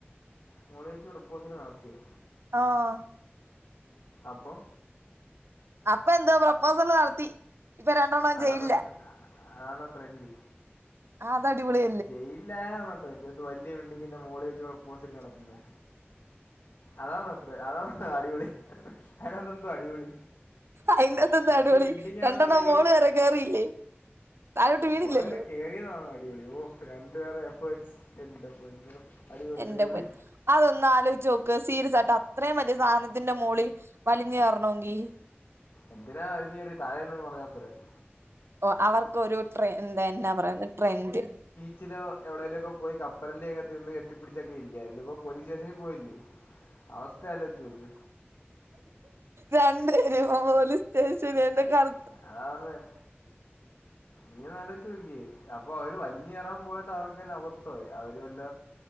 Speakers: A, on the left; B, on the right.
A: മോളിവെച്ച് പ്രപ്പോസില് നടത്തിയൊ?
B: ആഹ്
A: അപ്പം
B: അപ്പ എന്താ പ്രപ്പോസല് നടത്തി. ഇപ്പൊ രണ്ടെണ്ണം
A: അതാന്നൊ
B: ജയിലിലാ
A: ട്ര അതാന്നൊ ട്രെൻഡ്?
B: ആഹ് അത്‌ അടിപൊളി
A: ജയിലിലായോ ന്നട്ട് എന്റെതു വല്യയ ബിൽഡിംഗിന്റെ മോളി വെച്ച് പ്രപ്പോസിറ്റ് നടത്തുന്നെ? അതാന്നൊ ട്ര അതാ അടിപൊളി അയിനത് എന്തോ അടിപൊളി
B: അയിന്റെത്തെന്താ
A: വല്ല്യയ
B: അടിപൊളി
A: ബിൽഡിങ്
B: രണ്ടെണ്ണം
A: ആന്ന അടിപൊളി?
B: മോള് വരെ കേറിയില്ലേ? താഴോട്ട് വീണില്ലല്ലോ
A: മോള് വരെ കയറിയതാണോ അടിപൊളി ഓഹ് രണ്ടുപേരെ എഫേർട്സ്. എന്റെ പൊന്നോ അടിപൊളി
B: എന്റെ
A: അടിപൊളി
B: പൊൻ അതൊന്ന് ആലോയ്ചോ സീരിയസ് ആയിട്ട് അത്രയും വലിയ സാധനത്തിന്റെ മോളി വലിഞ്ഞ കയറണമെങ്കിൽ.
A: എന്തിനാ വലിഞ് കേറ്യേ താഴേന്നങ് പറഞ്ഞാൽ പോരായിര്
B: ഓഹ് അവർക്കൊരു ട്ര എന്താ എന്നാ പറയുന്നത് ട്രെൻഡ്.
A: ച്ചിലോ എവിടെലൊക്കെ പോയി കപ്പലണ്ടിയൊക്കെ തിന്ന് കെട്ടിപിടിച്ചൊക്കെ ഇരിക്കായിരുന്നു ഇത്പ്പോ പോലീസ് സ്റ്റേഷനിൽ പോയില്ലേ അവസ്ഥ ആലോയ്ചോക്ക്.
B: രണ്ട് പേരും പോലീസ് സ്റ്റേഷന് എന്റെ കർ
A: അതാ പറഞ്ഞേ. നീ ഒന്ന് ആലോയ്ചോക്കിയേ അപ്പൊ അവര് വലിഞ്ഞ് കയറാൻ പോയിട്ട് അവർക്ക് ക്കന്നെ അവത്തായി അവ് ഇതുവല്ല